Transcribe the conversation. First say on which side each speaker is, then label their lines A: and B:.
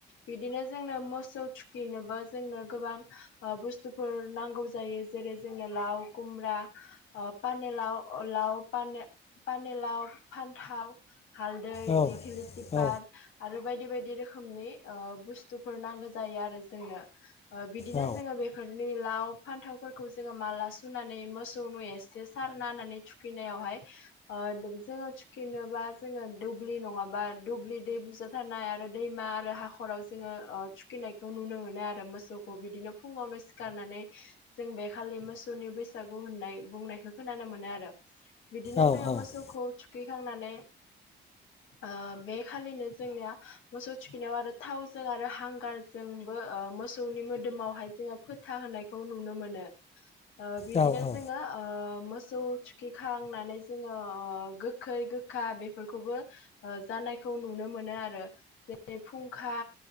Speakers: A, on the left; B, on the left.
A: बिदिनो जोंनो मोसौ थुखिनोबो जोंनो गोबां ओ बुस्थुफोर नांगौ जायो जेरै जोंनो लाव खुमब्रा ओ पानेलाव ओ‌ लाव पाने पानेलाव फान्थाव हालदै
B: औ
A: दिखिलिटि पात
B: औ
A: आरो बायदि बायदि रोखोमनि ओ बुस्तुफोर नांगौ जायो आरो जोंनो। ओ बिदिनो
B: औ
A: जोंङो बे बेफोरनि लाव फान्थावफोरखौ जोङो माला सुनानै मोसौनो एसे सारना होनानै थुख थुखैनायावहाय ओ जोङो थुखिनोबा जोङो दुब्लि नङाबा दुब्लि दै बुजा थानाय आरो दैमा आरो हाखराव जोङो ओ थुखिनायखौ नुनो मोनो आरो मोसौखौ बिदिनो फुङावनो सि खारनानै जों बे खालि मोसौनि बैसागु होननाय बुंनायखौ खोनानो मोनो आरो। बिदि
B: औ
A: जोङो मोसौखौ
B: औ
A: थुखैखांनानै ओ बे खालिनो जोंनिया मोसौ थुखैनायाव आरो थावजों आरो हांगारजोंबो ओ मोसौनि मोदोमावहाय जोङो फोथा होनायखौ नुनो मोनो। ओ बिदिनो
B: औ
A: जोङो ओ मोसौ थुखिखांनानै जोङो ओ गोखै गोखा बेफोरखौबो ओ जानायखौ नुनो मोनो आरो जेरै खुंखा